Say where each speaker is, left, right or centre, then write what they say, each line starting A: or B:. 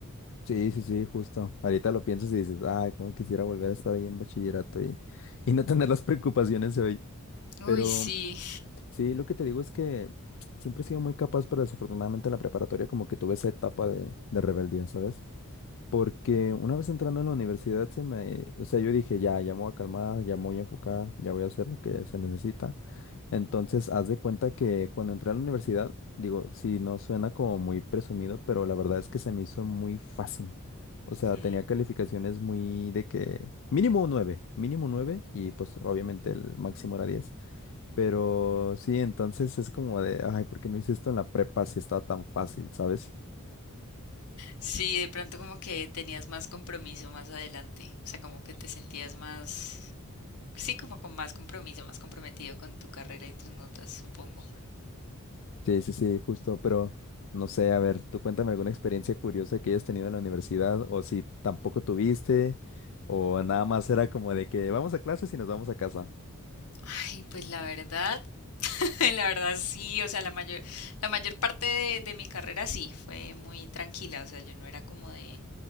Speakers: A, on the left; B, on the left.
A: Sí, sí, sí, justo. Ahorita lo piensas y dices, ay, cómo quisiera volver a estar ahí en bachillerato y, y no tener las preocupaciones de hoy.
B: Uy,
A: Pero
B: sí.
A: sí, lo que te digo es que siempre he sido muy capaz, pero desafortunadamente en la preparatoria como que tuve esa etapa de, de rebeldía, ¿sabes? Porque una vez entrando en la universidad, se me, o sea, yo dije, ya, ya me voy a calmar, ya me voy a enfocar, ya voy a hacer lo que se necesita. Entonces, haz de cuenta que cuando entré a la universidad, digo, sí, no suena como muy presumido, pero la verdad es que se me hizo muy fácil. O sea,
B: Hmm.
A: tenía calificaciones muy de que mínimo 9, mínimo 9 y pues obviamente el máximo era 10. Pero sí, entonces es como de, ay, ¿por qué no hice esto en la prepa si estaba tan fácil, ¿sabes?
B: Sí, de pronto como que tenías más compromiso más adelante, o sea, como que te sentías más, sí, como con más compromiso, más comprometido con tu carrera y tus notas, supongo.
A: Sí, sí, sí, justo, pero no sé, a ver, tú cuéntame alguna experiencia curiosa que hayas tenido en la universidad o si tampoco tuviste o nada más era como de que vamos a clases y nos vamos a casa.
B: Ay, pues la verdad <laughs> La verdad sí, o sea, la mayor, la mayor parte de, de mi carrera sí, fue muy tranquila, o sea, yo no era como de,